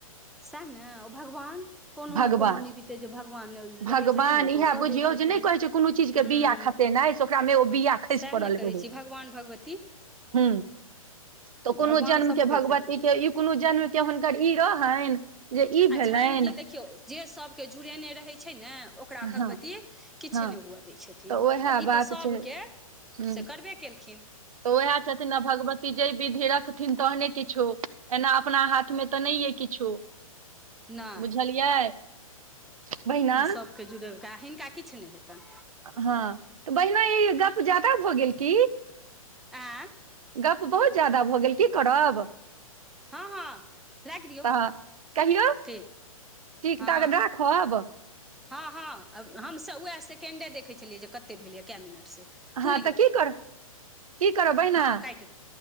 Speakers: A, in the centre; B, on the right.
A: सएह ने ओ भगवान कोनो
B: भगवान
A: ने कोनो निमितिते जे भगवान
B: भगवान
A: रहैत छथिन ने
B: इएह
A: तऽ ओ कऽ
B: बुझियौ
A: दैत छथिन
B: जे नहि कहै कोनो
A: हूँ
B: चीज मे बिआ खसे नहि ओकरामे ओ बआ खसि
A: सएह
B: पड़ल
A: ने कहै
B: रहै
A: छी भगवान भगवती
B: हू, तऽ
A: भगवान
B: कोनो जन्मके
A: सभके
B: भगवती
A: छथिन
B: के युत कोनो जन्मके हुनकर ई रहनि जे ई
A: आ
B: भेलनि
A: छनि कि देखियौ जे सबके जुड़ेने रहै छै ने ओकरा भगवती
B: हँ
A: किछ
B: हँ
A: नहि हुअ दै छथिन
B: उएह
A: तऽ ई
B: बात
A: तऽ सभ
B: छै
A: केँ
B: ह
A: से करबे कयेलखिन
B: तऽ उएह छथिन आ भगवती जैय विधि रखथिन तहने किछु एना अपना हाथ मे तऽ नहि ये किछु
A: नहि
B: बुझलियै बहिना
A: ई सभके जुड़लकेँ हिनका किछ नहि हेतैन
B: हँ तऽ बहिना ई गप जादा भऽ गेल की
A: आँय
B: गप बहुत ज्यादा भऽ गेल की करब
A: हँ हँ राखि दियौ
B: तऽ कहियौ
A: ठीक
B: ठीक
A: हँ
B: ताबे राख खब
A: हँ हँ हमसभ वैह सेकेंडे देखै छलियै जे कते भेलै कैय मिनट से
B: हँ
A: पुरि
B: तऽ
A: गेल
B: की करब की करब बहिना
A: हँ काटि